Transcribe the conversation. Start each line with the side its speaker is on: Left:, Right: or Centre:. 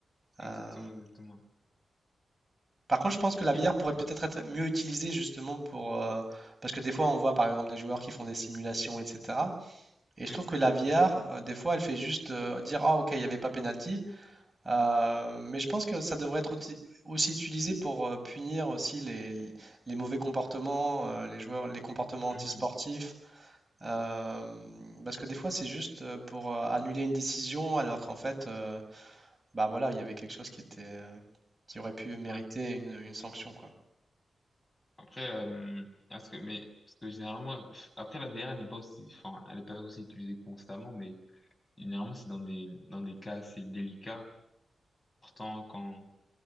Right: Euh,
Left: ouais. exactement, exactement.
Right: Par contre, je pense que la
Left: Et,
Right: VR pourrait peut-être
Left: ouais,
Right: être mieux utilisée justement pour... euh, parce que des fois, on voit par exemple des joueurs qui font des simulations, etc. Et je
Left: oui,
Right: trouve que la VR, euh, des fois, elle fait juste euh, dire, ah ok, il n'y avait pas penalty. Euh, mais je pense que ça devrait être outi- aussi utilisé pour euh, punir aussi les, les mauvais comportements, euh, les joueurs, les comportements antisportifs.
Left: mhm,
Right: euh, parce que des fois, c'est juste euh, pour euh, annuler une décision, alors qu'en fait, euh, bah voilà, il y avait quelque chose qui était, euh, qui aurait pu mériter
Left: ouais.
Right: une, une sanction, quoi.
Left: Après, euh, parce que, mais, parce que généralement, pff, après, la VR n'est pas aussi, enfin, elle n'est pas aussi utilisée constamment, mais généralement, c'est dans des, dans des cas assez délicats. Pourtant, quand,